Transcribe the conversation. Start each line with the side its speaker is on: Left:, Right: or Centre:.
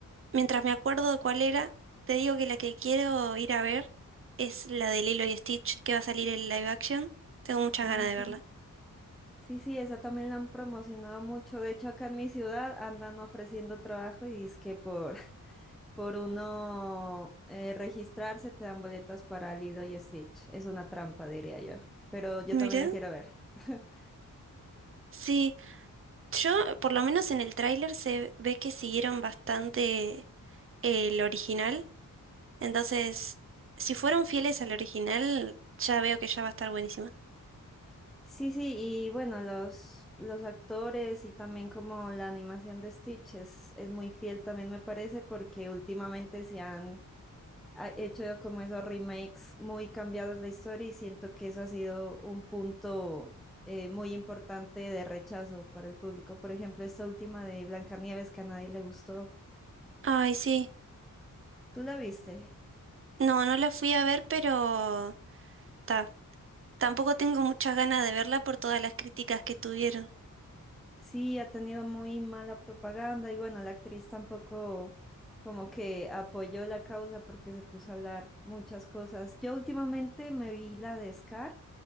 Right: mientras me acuerdo de cuál era, te digo que la que quiero ir a ver es la de Lilo y Stitch, que va a salir en live action. Tengo muchas
Centre: Ah,
Right: ganas
Centre: sí.
Right: de verla.
Centre: Sí, sí, esa también la han promocionado mucho. De hecho, acá en mi ciudad andan ofreciendo trabajo y es que por, <laughs> por uno eh, registrarse te dan boletas para Lilo y Stitch. Es una trampa, diría yo. Pero yo también
Right: Mirá.
Centre: la quiero ver. <laughs>
Right: Sí, yo, por lo menos en el tráiler se ve que siguieron bastante el original. Entonces, si fueron fieles al original, ya veo que ya va a estar buenísima.
Centre: Sí, sí, y bueno, los, los actores y también como la animación de Stitch es, es muy fiel también me parece porque últimamente se han ha hecho como esos remakes muy cambiados la historia y siento que eso ha sido un punto eh, muy importante de rechazo para el público. Por ejemplo, esta última de Blancanieves que a nadie le gustó.
Right: Ay, sí.
Centre: ¿Tú la viste?
Right: No, no la fui a ver, pero ta, tampoco tengo muchas ganas de verla por todas las críticas que tuvieron.
Centre: Sí, ha tenido muy mala propaganda y bueno, la actriz tampoco como que apoyó la causa porque se puso a hablar muchas cosas. Yo últimamente me vi la de Scar.